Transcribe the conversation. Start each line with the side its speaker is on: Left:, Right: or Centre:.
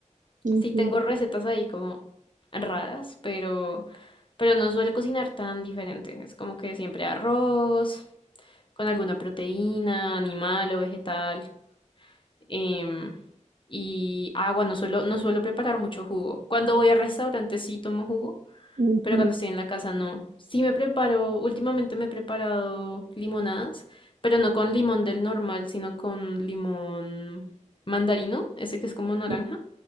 Right: Ujú,
Left: Sí tengo recetas ahí como raras, pero, pero no suelo cocinar tan diferente. Es como que siempre arroz. con alguna proteína, animal o vegetal. em, y agua, no suelo, no suelo preparar mucho jugo. Cuando voy a restaurantes sí tomo jugo,
Right: ujú,
Left: pero cuando estoy en la casa no. Sí me preparo, últimamente me he preparado limonadas, pero no con limón del normal, sino con limón mandarino, ese que es como naranja.
Right: ujú.